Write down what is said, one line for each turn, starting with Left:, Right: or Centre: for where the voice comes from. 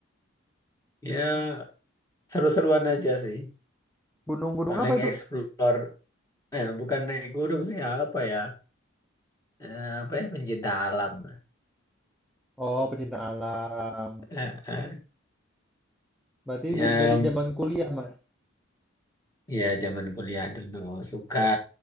Left: Ya seru-seruan aja sih.
Centre: Gunung-gunung
Left: Paling
Centre: apa itu?
Left: explore. Eh bukan naik gunung sih apa ya? Eh, apa ya pencinta alam. <laughs>
Centre: Oh, pecinta alam.
Left: Eh, eh.
Centre: Berarti
Left: Ya
Centre: du- dari zaman kuliah Mas.
Left: ya zaman kuliah dulu suka